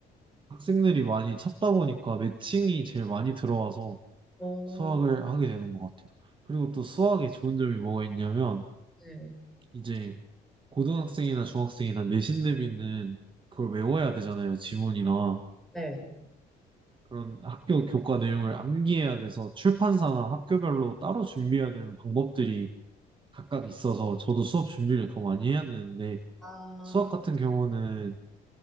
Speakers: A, on the right (about 30°); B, in the centre.
A: 학생들이 많이 찾다 보니까 매칭이 제일 많이 들어와서
B: 오,
A: 수학을 하게 되는 것 같아요. 그리고 또 수학의 좋은 점이 뭐가 있냐면,
B: 네.
A: 이제 고등학생이나 중학생이나 내신 대비는 그걸 외워야 되잖아요, 지문이나.
B: 네.
A: 그런 학교 교과 내용을 암기해야 돼서 출판사나 학교별로 따로 준비해야 되는 방법들이 각각 있어서 저도 수업 준비를 더 많이 해야 되는데
B: 아,
A: 수학 같은 경우는